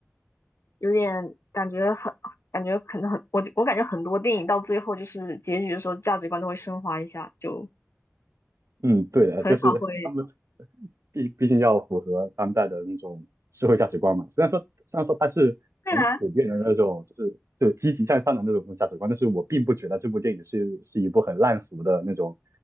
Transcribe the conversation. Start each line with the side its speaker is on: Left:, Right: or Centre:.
Left: 有点感觉很感觉可能很我我感觉很多电影到最后就是结局的时候价值观都会升华一下，就
Right: 嗯，对的，
Left: 很少会
Right: 就是他们毕毕竟要符合当代的那种社会价值观嘛。虽然说虽然说它是很普遍的那种，
Left: 对啊，
Right: 就是就积极向上的那种价值观，但是我并不觉得这部电影是是一部很烂俗的那种，